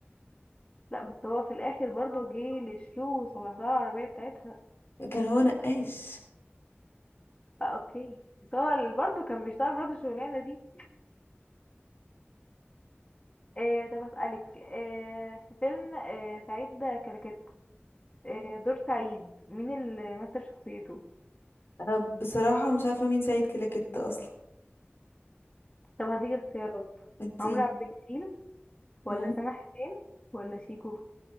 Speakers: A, on the left; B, on the left.
A: لا بس هو في الاخر برضه جه لشلو وصلح لها العربيه بتاعتها
B: كان هو نقاش
A: آه اوكي بس هو ال- برضه كان بيشتغل برضه الشغلانه دي إيه طب أسألك إيه في فيلم إيه سعيد كلكت إيه دور سعيد مين اللي مثل شخصيته
B: انا بصراحة مش عارفة مين سيد كلاكيت اصلا
A: طب هديك اختيارات
B: الدين
A: عمرو عبد الجليل ولا
B: مم.
A: سامح حسين ولا شيكو